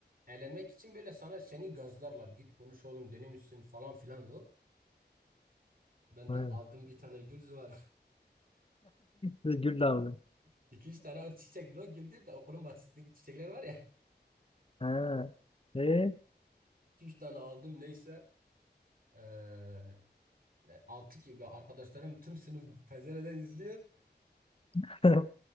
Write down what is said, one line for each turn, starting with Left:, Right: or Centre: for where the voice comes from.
Right: eğlenmek için böyle sana seni gazlarlar. Git konuş oğlum deli misin falan filan lo. Ben
Left: <laughs>
Right: de
Left: Hı.
Right: aldım bir tane gül var.
Left: Gül damlı.
Right: <laughs> İki üç tane o çiçek lo güldür de okulun bahçesindeki çiçekler var ya.
Left: Ha. <laughs> E?
Right: İki üç tane aldım neyse. Eee altı gibi arkadaşlarım tüm sınıf pencereden izliyor.
Left: <laughs>